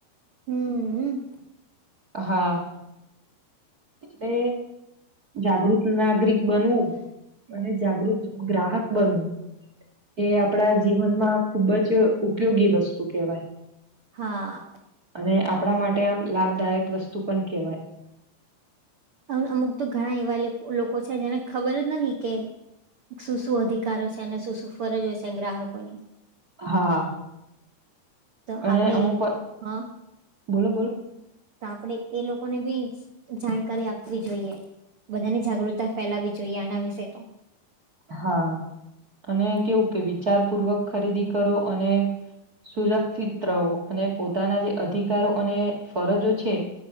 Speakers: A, on the right; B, on the right.
A: હમ.
B: હા. એટલે જાગૃત નાગરિક બનવું અને જાગૃત ગ્રાહક બનવું એ આપણા જીવનમાં ખુબ જ ઉપયોગી વસ્તુ કેહેવાય
A: હા.
B: અને આપણા માટે આમ લાભદાયક વસ્તુ પણ કેહેવાય
A: અમ અમુક તો ઘણા એવા લોકો છે, જેને ખબર જ નથી કે શુંશું અધિકારો છે, અને શું શું ફરજ હો છે, ગ્રાહકો ની
B: હા
A: તો
B: અને
A: આપડે
B: અમુક
A: હા
B: બોલો
A: તો આપણેે એ લોકોને બી જાણકારી આપવી જોઈએ બધાની જાગૃતતા ફેલાવી જોઈએ આના વિશે તો
B: હા અને
A: હમ,
B: કેવું કે વિચાર પૂર્વક ખરીદી કરો અને સુરક્ષિતવો અને પોતાના જે અધિકારો અને ફરજો છે.